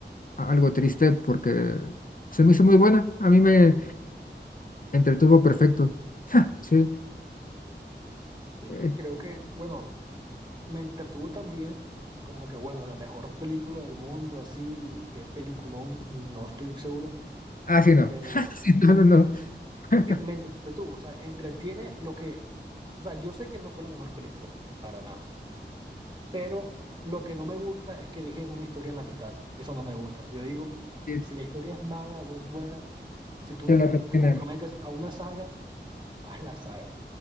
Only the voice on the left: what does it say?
algo triste porque se me hizo muy buena. A mí me entretuvo perfecto. <laughs> sí.
Eh,
ah, sí, no.
<laughs> Sí, no,
no, no. <laughs>
Sí,
se la terminan.